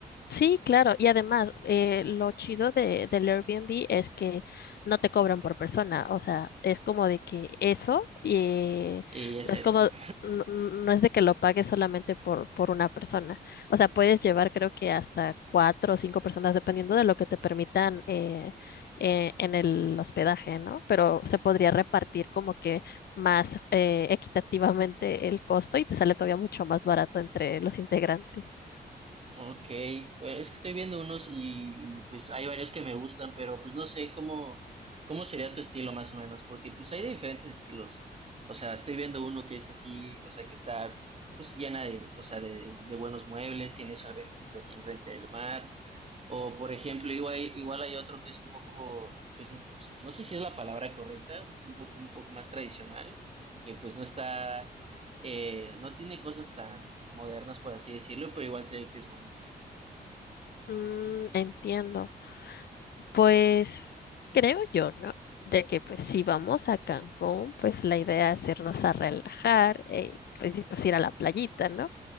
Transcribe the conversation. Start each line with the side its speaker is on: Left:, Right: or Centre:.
Left: Sí, claro. Y además, eh, lo chido de, del Airbnb es que no te cobran por persona. O sea, es como de que eso, eh,
Right: Y es
Left: no
Right: eso,
Left: es como,
Right: ¿no?
Left: no, no es de que lo pagues solamente por, por una persona. O sea, puedes llevar creo que hasta cuatro o cinco personas, dependiendo de lo que te permitan eh, eh, en el hospedaje, ¿no? Pero se podría repartir como que más eh, equitativamente el costo y te sale todavía mucho más barato entre los integrantes.
Right: Ok, pues es que estoy viendo unos y, y, pues hay varios que me gustan, pero pues no sé cómo, cómo sería tu estilo más o menos, porque pues hay de diferentes estilos. O sea, estoy viendo uno que es así, o sea, que está pues llena de, o sea, de, de buenos muebles, tiene su alberquita así enfrente del mar. O por ejemplo, igual, hay- igual hay otro que es un poco, pues no, pues, no sé si es la palabra correcta, un poco, un poco más tradicional, que pues no está, eh, no tiene cosas tan modernas, por así decirlo, pero igual se ve que es bonito.
Left: Mm, entiendo. Pues creo yo, ¿no? De que pues si vamos a Cancún, pues la idea es irnos a relajar, eh, pues, y, pues ir a la playita, ¿no?